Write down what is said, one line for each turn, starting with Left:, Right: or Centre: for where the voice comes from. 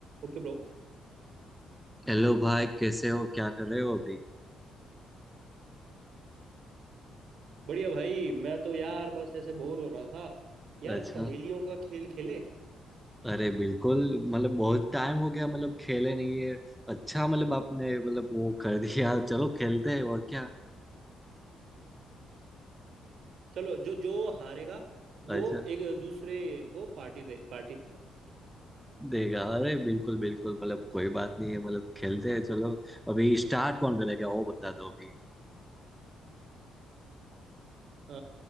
Right: Okay bro
Centre: हेलो भाई कैसे हो क्या कर रहे हो अभी
Right: बढ़िया भाई मैं तो यार बस ऐसे बोर हो रहा था यार
Centre: अच्छा
Right: पहेलियों का खेल खेले
Centre: अरे बिल्कुल मतलब बहुत टाइम हो गया मतलब खेले नहीं है अच्छा मतलब आपने मतलब वो कर दिया चलो खेलते हैं और क्या
Right: चलो जो जो हारेगा
Centre: अच्छा
Right: वो एक दूसरे को पार्टी दे पार्टी देगा
Centre: देगा अरे बिल्कुल बिल्कुल मतलब कोई बात नहीं है मतलब खेलते हैं चलो अभी स्टार्ट कौन करेगा वो बता दो अभी
Right: अ,